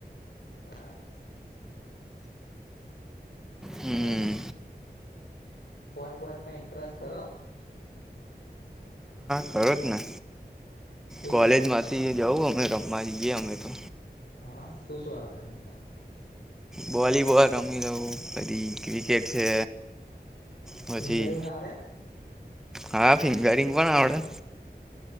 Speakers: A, on the left; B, in the centre.
A: હા.
B: હમ
A: બાત વોટ બોટમાં ઇન્ટરેસ્ટ ખરો?
B: ખરોજ ને.
A: શું
B: કોલેજમાંથી
A: શું આવડે
B: જઉં અમે રમવા જઈએ અમે તો.
A: હા હા શું શું આવડે રમતા?
B: વોલીબોલ રમી લવું. પછી ક્રિકેટ છે પછી
A: ફિંગરિંગ આવડે
B: હા, ફિંગરિંગ પણ આવડે.